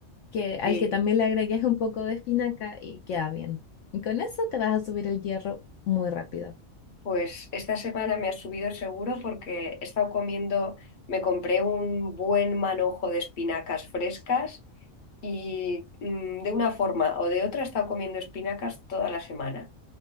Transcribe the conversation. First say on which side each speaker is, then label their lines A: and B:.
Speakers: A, on the left; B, on the left.
A: que, al
B: Sí.
A: que también le agregues un poco de espinaca y queda bien. Y con eso te vas a subir el hierro muy rápido.
B: Pues esta semana me ha subido seguro porque he estado comiendo, me compré un buen manojo de espinacas frescas y mm, de una forma o de otra he estado comiendo espinacas toda la semana.